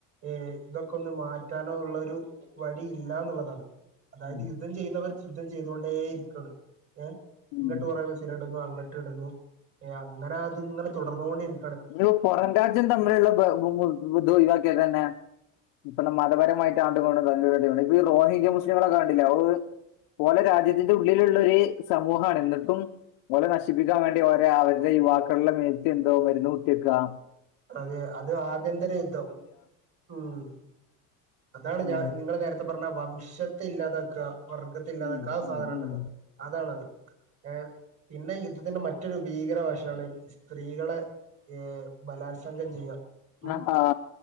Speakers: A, on the right; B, on the left.
A: ഏഹ് ഇതൊക്കൊന്ന് മാറ്റാനോ ഉള്ളൊരു വഴി ഇല്ലാന്നുള്ളതാണ്. അതായത്
B: ഉം
A: യുദ്ധം ചെയ്യുന്നവർ യുദ്ധം ചെയ്തൊണ്ടേ ഇരിക്കാണ് ഏഹ്
B: ഉം
A: ഇങ്ങട്ട് കൊറേ ട്ടിടുന്നു അങ്ങിട്ട്ടുന്നു എഹ് അങ്ങനെ ആത്ങ്ങനെ തുടർന്നോണ്ടിരി
B: ഇനിപ്പോ പൊറം രാജ്യം തമ്മിലുള്ള വെ വ് വ് വുദ്ദൊഴിവാക്കിയ തന്നെ ഇപ്പൊ മതപരമായിട്ടാണ്ട് <unintelligible> റോഹിഗ്യ മുസ്ലിങ്ങളൊക്കെ കണ്ടില്ലേ <unintelligible> ഓലെ രാജ്യത്തിന്റെ ഉള്ളിലുള്ളൊരു സമൂഹാണ്ന്നിട്ടും ഓലെ നശിപ്പിക്കാൻ വേണ്ടി ഓരെ അവരുടെ യുവാക്കളുടെ മേത്ത് എന്തോ മരുന്ന് കുത്തിവെക്കാ
A: അതെ അത് ആഭ്യന്തര യുദ്ധം ഉം അതാണ്
B: ഉം
A: ഞാ നിങ്ങൾ നേര സത്യം പറഞ്ഞ വംശത്തെ ഇല്ലാതാക്കാ വർഗത്തെ ഇല്ലാതാക്കാ
B: ഉം ഉം
A: ആ സാധനംണ്ടല്ലോ
B: ഉം ഉം.
A: അതാണത് ഏ പിന്നെ യുദ്ധത്തിന്റെ മറ്റൊരു ഭീകര വശാണ് സ്ത്രീകളെ ഏ ബലാത്സംഗം ചെയ്യാം ഉം
B: ആ ആ